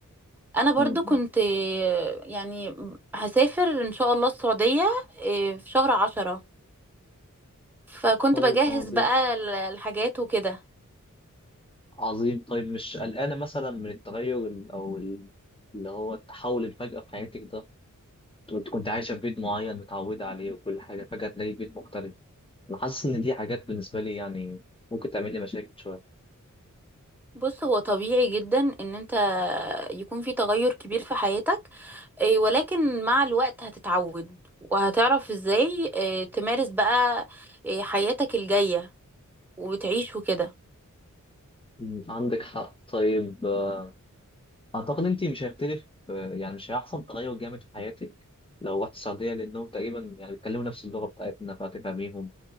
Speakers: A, in the centre; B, on the left (about 15°).
A: انا برضو
B: م-
A: كنت
B: م.
A: إيه، يعني هسافر ان شاء الله السعودية إيه في شهر عشرة فكنت
B: طيب
A: بجهز
B: عظيم
A: بقى ال- الحاجات وكده
B: عظيم طيب مش قلقانة مثلا من التغير ال- أو ال- اللي هو التحول الفجأة في حياتك ده كنت كنت عايشة في بيت معين متعودة عليه وكل حاجة فجأة تلاقي بيت مختلف أنا حاسس إن دي حاجات بالنسبة لي يعني ممكن تعمل لي مشاكل شوية
A: بص هو طبيعي جدا ان انت يكون في تغير كبير في حياتك إيه، ولكن مع الوقت هتتعود وهتعرف ازاي إيه، تمارس بقى إيه، حياتك الجاية وتعيش وكده
B: أمم، عندك حق طيب آه، أعتقد أنت مش هيختلف آه، يعني مش هيحصل تغير جامد في حياتك لو رحت السعودية لأنهم تقريبا يعني بيتكلموا نفس اللغة بتاعتنا فهتفهميهم